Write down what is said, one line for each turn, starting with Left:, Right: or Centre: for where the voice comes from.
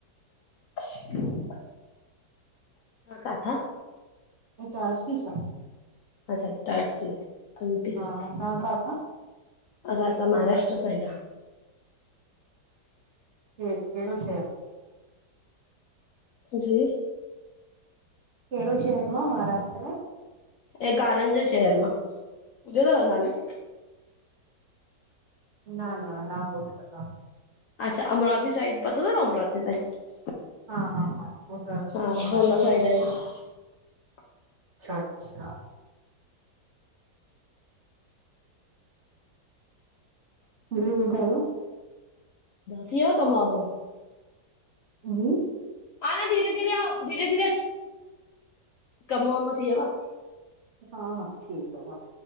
Left: ह तव्हां काथा??
Right: इ त अ सीसा।
Left: अच्छा इटारसी एमपी
Right: हा
Left: साइड
Right: तव्हां ख था।
Left: असां हिथा महाराष्ट्र साइड आ
Right: क कहिड़ो श।
Left: जी।
Right: कहिड़ो शहर मां महाराष्ट्र में।
Left: ऐं कारनि जे शहर मां ॿुधो अथव नालो?
Right: ना, ना, ना, ॿुधल आ
Left: अच्छा, अमरावती साइड पतो थव अमरावती साइड
Right: हा हा हा हो त ख़बर
Left: हा होन
Right: आ
Left: साइड आहीं।
Right: अच्छा अच्छा। ॿियो ॿुधायो।
Left: थी वयो कमु वांदो।
Right: जी।
Left: ह न धीरे धीरे आ धीरे धीरे कम वम थी विया।
Right: हा हा ठीकु आ वा